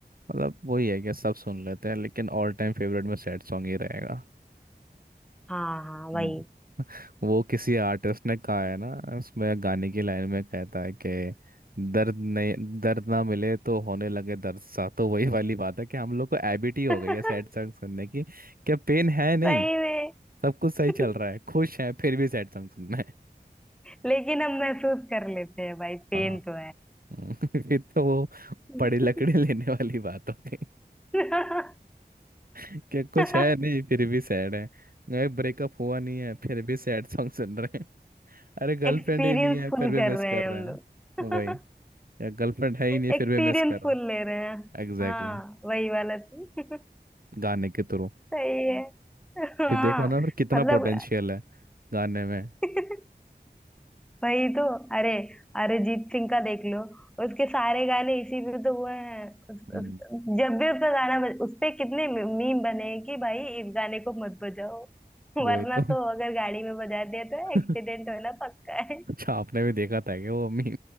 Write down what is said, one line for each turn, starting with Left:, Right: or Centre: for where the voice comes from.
Right: मतलब वही है कि सब सुन लेते हैं लेकिन ऑल टाइम फेवरेट में सैड सॉन्ग ही रहेगा
Centre: हाँ हाँ
Right: हम्म,
Centre: वही
Right: वो किसी आर्टिस्ट ने कहा है ना उसमें गाने की लाइन में कहता है कि दर्द नहीं दर्द ना मिले तो होने लगे दर्द सा तो वही वाली बात है कि हम लोग को हैबिट ही हो
Centre: <laughs>
Right: गई है सैड सॉन्ग सुनने की क्या पेन है नहीं
Centre: सही में
Right: सब कुछ सही
Centre: <laughs>
Right: चल रहा है खुश है फिर भी सैड सॉन्ग सुनना है
Centre: लेकिन हम महसूस कर लेते हैं भाई पेन
Right: हाँ
Centre: तो
Right: हम्म, <laughs> फिर तो वो
Centre: है
Right: पड़ी लकड़ी लेने वाली बात हो गई
Centre: <laughs>
Right: <laughs> कि कुछ
Centre: फिर
Right: है नहीं फिर भी सैड है ब्रेकअप हुआ नहीं है फिर भी सैड सॉन्ग सुन रहे अरे गर्लफ्रेंड
Centre: एक्सपीरियंस
Right: ही नहीं है
Centre: फुल
Right: फिर भी
Centre: कर
Right: मिस
Centre: रहे
Right: कर
Centre: हैं
Right: रहे
Centre: हम
Right: हैं
Centre: लोग
Right: वही
Centre: <laughs>
Right: या गर्लफ्रेंड है ही
Centre: एक्सपीरियंस
Right: नहीं फिर भी मिस कर रहे
Centre: फुल
Right: हैं
Centre: ले रहे हैं
Right: Exactly
Centre: हाँ
Right: exactly.
Centre: वही वाला तो <laughs>
Right: गाने के थ्रू
Centre: सही है हाँ
Right: ये देखो ना फिर कितना
Centre: मतलब
Right: पोटेंशियल है गाने में
Centre: <laughs> वही तो अरे अरिजीत सिंह का देख लो उसके सारे गाने इसी पे तो हुए हैं उस,
Right: हम्म,
Centre: उस, जब भी उसका गाना बज उस पे कितने मीम बने हैं कि भाई इस गाने को मत बजाओ <laughs>
Right: वही
Centre: वरना
Right: तो
Centre: तो अगर गाड़ी में बजा दिया तो
Right: <laughs>
Centre: एक्सीडेंट होना पक्का है
Right: अच्छा आपने भी देखा था कि वो मी